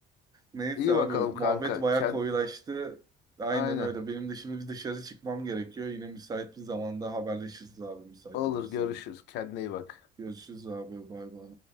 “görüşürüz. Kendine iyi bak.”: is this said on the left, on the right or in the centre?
Left